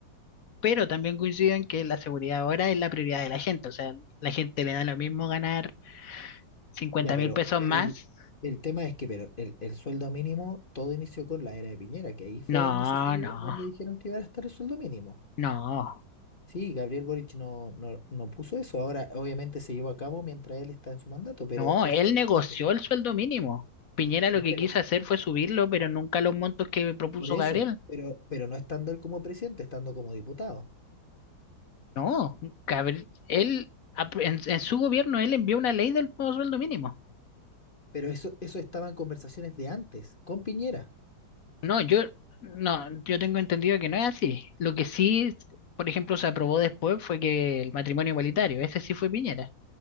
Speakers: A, on the left; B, on the left.
A: pero también coinciden que la seguridad ahora es la prioridad de la gente, o sea, la gente le da lo mismo ganar cincuenta
B: Ya, pero,
A: mil pesos
B: pero
A: más.
B: el, el tema es que pero el, el sueldo mínimo, todo inició con la era de Piñera, que ahí fue
A: No,
B: donde se subió,
A: no,
B: donde dijeron que iba a estar el sueldo mínimo.
A: no,
B: Sí, Gabriel Boric no, no, no puso eso. Ahora, obviamente, se llevó a cabo mientras él está en su mandato, pero
A: no,
B: eso,
A: él negoció
B: eh,
A: el sueldo mínimo. Piñera lo
B: no,
A: que
B: pero
A: quiso hacer fue subirlo, pero nunca los montos que propuso
B: por eso,
A: Gabriel.
B: pero, pero no estando él como presidente, estando como diputado.
A: No, Gabriel, él, ap- en, en su gobierno, él envió una ley del nuevo sueldo mínimo.
B: Pero eso, eso estaba en conversaciones de antes, con Piñera.
A: No, yo, no, yo tengo entendido que no es así. Lo que sí, por ejemplo, se aprobó después fue que el matrimonio igualitario, ese sí fue Piñera.